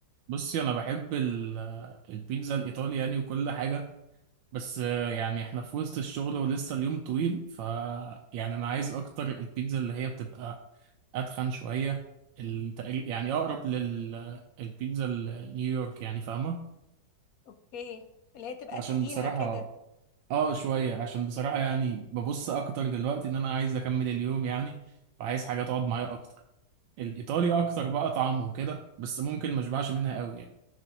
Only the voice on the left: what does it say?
اوكي اللي هي تبقى
تخينة
كده